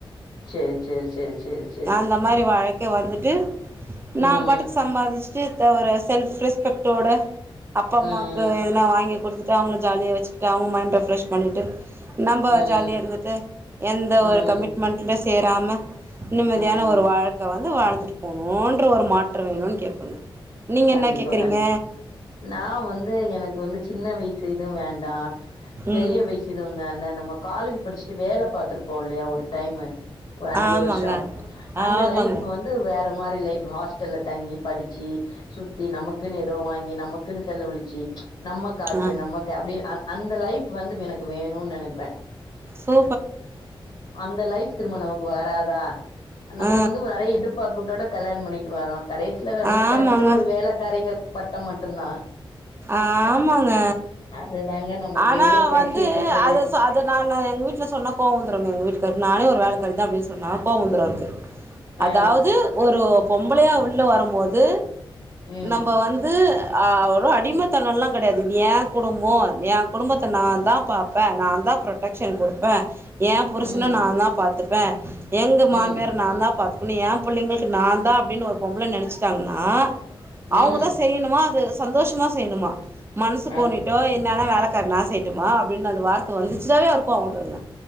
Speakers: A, on the left; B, on the right.
A: சேரி சேரி சேரி சேரி
B: அந்த மாறி வாழ்க்கை வாழ்ந்துட்டு நா
A: ம்.
B: பாட்டுக்கு சம்பாதிச்சு ட்டு ஒரு செல்ஃப் ரெஸ்பெக்ட்டோட அப்பா
A: ம்.
B: அம்மாவுக்கு எதுனா வாங்கி குடுத் து அவங்க ஜாலியா வச்சுட்டு அவங்க மைண்ட ரெப்ரெஷ் பண்ணிட்டு நம்ப
A: ம்.
B: ஜாலிய இருந்துட்டு எந்த
A: ம்.
B: ஒரு கமிட்மெண்ட்லயு சேராம நிம்மதியான
A: ம்.
B: ஒரு வாழ்க்கை வந்து வாழ்ந்துட்டு போணும்ன்ற ஒரு மாற்றம் வேணும்னு கேப்பங்க நீங்க
A: கண்டிப்பா
B: என்ன கேக்குறீங்க
A: கண்டிப் நா வந்து எனக்கு வந்து சின்ன வயசு இதும் வேண்டா
B: ம்
A: பெரிய வயசு இது வந்து அந்த நம்ம காலேஜ் படிச்சுட்டு வேலை பாத்துருப் போ இல்லையா ஒரு டைமு ஒரு அஞ்சு
B: ஆமாங்க
A: வருஷம் அந்த
B: ஆமாங்க
A: லைப் வந் து வேற மாதிரி லைஃப் ஹாஸ்டல்ல தங்கி படிச்சி சுத்தி நமக்குன்னு ஏதோ வாங்கி நமக்குன்னு செலவழிச்சு நம்ம காசு
B: ஆ
A: நம்மக்க அப்டியே அந்த லைஃப் வந்து எனக்கு வேணு நெனப்பே
B: சோ
A: அந்த லைஃப் திரும்ப நமக்கு வராதா நம்ம
B: ஆ
A: வந்து நெறைய எதிர்ப் பார்ப்புகளோட கல்யாணம் பண்ணிட்டு வாரோம் கடைசில நமக்கு
B: ஆ ஆமாங்க
A: கடச்சது ஒரு வேலக்காரிங்கங்கற பட்டோ மட்டும்தா
B: ஆமாங்க
A: அதுதாங்க நமக்கு
B: ஆனா
A: எவ்ளோ படிச்சு
B: வந்து
A: என்ன பிரயோஜனம்
B: அத சாப் இத நானு எங்க வீட்ல சொன்னா கோவோ வந்துருங்க எங்க வீட்டுக்காருக்கு நானே ஒரு வேலக்காரி தா அப்டின்னு சொன்னா கோவம் வந்துரு அவருக்கு
A: ஆ
B: அதாவ்து ஒரு பொம்பளையா உள்ள வரும்போது
A: ம்
B: நம்ப வந்து அ ஒரு அடிமத்தனல்லாம் கிடையாது ஏ குடும்போ ஏ குடும்பத்த நாந்தா பாப்பே நாந்தா ப்ரொட டெக்க்ஷன் குடுப்பே ஏ புருஷனா
A: ம்
B: நாந்தா பாத்துப்பே எங்க மாமியார
A: ம்
B: நாந்தா பாத்துக்கணு ஏ புள்ளைங்களுக்கு நாந்தான் அப்டின்னு ஒரு பொம்பள நெனச்சிட்டாங்கன்னா அவுங்கதா
A: ம்
B: செய்யணுமா அது சந்தோஷமா செய்யணுமா மனசு கோனிட்
A: அது
B: டோ என்னன்னா வேலக்காரி நா செய்யட்டுமா அப்டின்னு அந்த வார்த்த வந்துச்சுனாவே அவருக்கு கோவோ வந்துருங்க